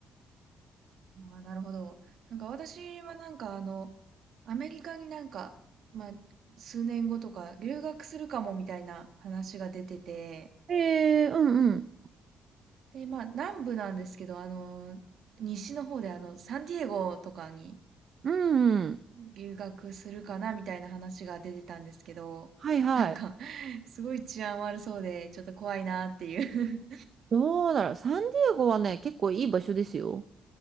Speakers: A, on the right; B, on the right.
A: ああ、なるほど。なんか私はなんかあの、アメリカになんか、まあ、数年後とか留学するかもみたいな話が出てて、
B: えー、うんうん。
A: で、まあ、南部なんですけど、あの、西の方であの、サンディエゴとかに
B: うんうん。
A: 留学するかなみたいな話が出てたんですけど、
B: はいはい。
A: なんか、すごい治安悪そうで、ちょっと怖いなっていう
B: どうだろう。サンディエゴはね、結構いい場所ですよ。